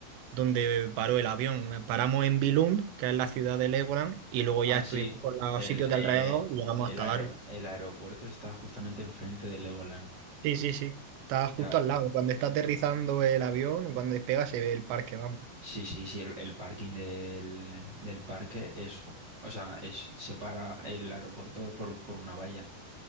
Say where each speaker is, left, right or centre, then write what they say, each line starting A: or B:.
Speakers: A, on the right; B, on the right.
A: donde paró el avión. Paramos en Billund, que es la ciudad de Legoland, y luego ya
B: Ah,
A: estuvimos
B: sí,
A: por los
B: el,
A: sitios
B: eh,
A: de alrededor y llegamos
B: el,
A: hasta
B: aer-
A: Darwin.
B: el aeropuerto está justamente enfrente del Legoland.
A: Sí, sí, sí, está justo
B: Ya,
A: al lado. Cuando está aterrizando el avión, o cuando despega, se ve el parque, vamos.
B: sí, sí, sí, el, el parking del, del parque es, ju- o sea, es, separa el aeropuerto por, por una valla.